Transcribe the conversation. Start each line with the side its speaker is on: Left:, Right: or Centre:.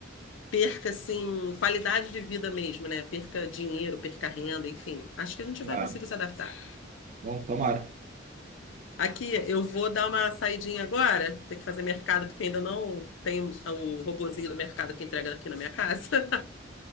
Left: perca assim qualidade de vida mesmo, né? Perca dinheiro, perca renda, enfim. Acho que a gente vai
Right: Ah,
Left: conseguir se adaptar.
Right: bom, tomara.
Left: Aqui, eu vou dar uma saidinha agora, tem que fazer mercado porque ainda não tenho o robozinho do mercado que entrega aqui na minha casa. <laughs>